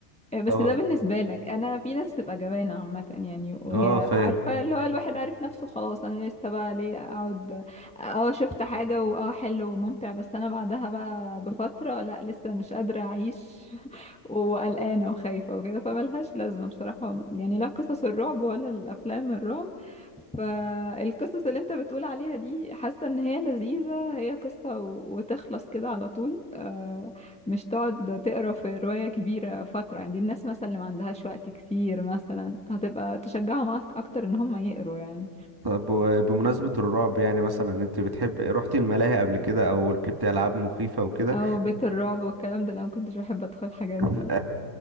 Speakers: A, in the centre; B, on the right.
A: آه، بس
B: طبعا
A: ده بالنسبة لك أنا في ناس بتبقى جبانة عامة يعني وهي
B: اه فاهم
A: عارفة اللي هو الواحد عارف نفسه خلاص أنا لسه بقى ليه أقعد اه شفت حاجة واه حلو وممتع بس أنا بعدها بقى بفترة لا لسه مش قادرة أعيش وقلقانة وخايفة وكده فملهاش لازمة بصراحة يعني لا قصص الرعب ولا الأفلام الرعب فالقصص اللي انت بتقول عليها دي حاسة ان هي لذيذة هي قصة و- وتخلص كده على طول آه، مش تقعد تقرا في رواية كبيرة فترة يعني دي الناس مثلا اللي ما عندهاش وقت كتير مثلا هتبقى تشجعهم أك- اكتر ان هم يقروا يعني
B: طب وبمناسبة الرعب يعني مثلا انت بتحب رحتي الملاهي قبل كده او ركبتي العاب مخيفة وكده
A: او بيت الرعب والكلام ده لو ما كنتش بحب ادخل الحاجات
B: <laughs>
A: دي